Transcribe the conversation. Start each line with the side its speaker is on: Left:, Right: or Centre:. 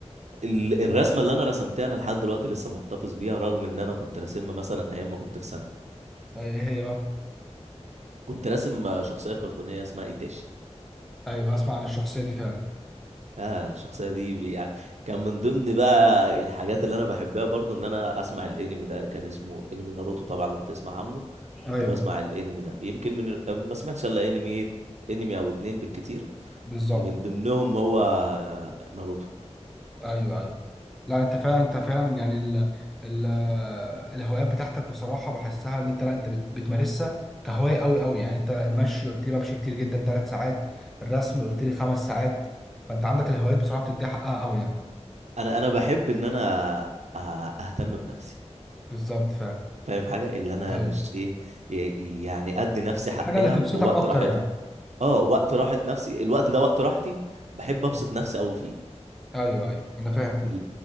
Right: ال- الرسمه اللي انا رسمتها انا لحد دلوقتي لسه محتفظ بيها رغم ان انا كنت راسمها مثلا ايام ما كنت في ثانوي
Centre: ايه هي بقى
Right: كنت راسم شخصيه كرتونيه اسمها ايتاشي
Centre: ايوه اسمع عن الشخصيه دي فعلا
Right: اه الشخصيه دي بي- يعني كان من ضمن بقى الحاجات اللي انا بحبها برضو ان انا اسمع الانمي ده كان اسمه انمي ناروتو طبعا لو تسمع عنه
Centre: ايوه
Right: كنت بسمع الانمي ده يمكن من ال- ما سمعتش الا انمي انمي او اتنين بالكتير
Centre: بالظبط
Right: من ضمنهم هو آه، ناروتو
Centre: ايوه ايوه لا انت فعلا انت فعلا يعني ال ال الهوايات بتاعتك بصراحه بحسها ان انت لا انت بت- بتمارسها كهوايه قوي قوي يعني انت المشي قلت لي بمشي كتير جدا ثلاث ساعات الرسم قلت لي خمس ساعات فانت عندك الهوايات بصراحه بتديها حقها قوي يعني
Right: انا انا بحب ان انا آه، اهتم بنفسي
Centre: بالظبط فعلا
Right: فاهم حاجه اللي انا
Centre: ايوه
Right: مش ايه ي- يعني ادي نفسي حقها
Centre: الحاجه اللي تبسطك
Right: في وقت
Centre: اكتر
Right: راحتها
Centre: يعني
Right: اه وقت راحه نفسي الوقت ده وقت راحتي بحب ابسط
Centre: ايوه
Right: نفسي قوي فيه
Centre: ايوه ايوه انا فاهم كده
Right: ال-